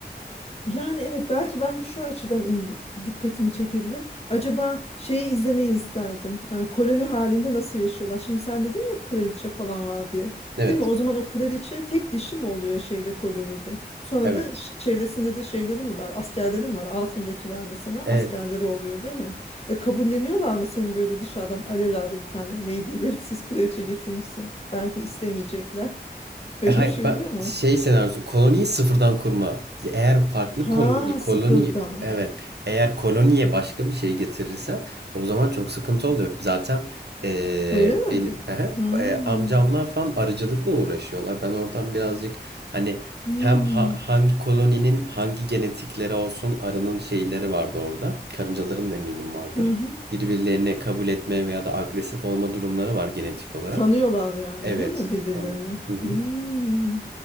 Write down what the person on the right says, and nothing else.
Evet.
Evet.
Evet.
E, Hayır,
ben
şey senaryosu koloniyi sıfırdan kurma. Eğer farklı
koloni koloni
evet eğer koloniye başka bir şey getirirsen o zaman çok sıkıntı oluyor. Zaten e,
benim <laughs> hı
e, amcamlar falan arıcılıkla uğraşıyorlar. Ben oradan birazcık hani
hem ha- hangi koloninin hangi genetikleri olsun arının şeyleri vardı orada. Karıncaların da eminim vardır.
Birbirlerini kabul etme veya da agresif olma durumları var genetik olarak.
Evet.
Anlıyorum.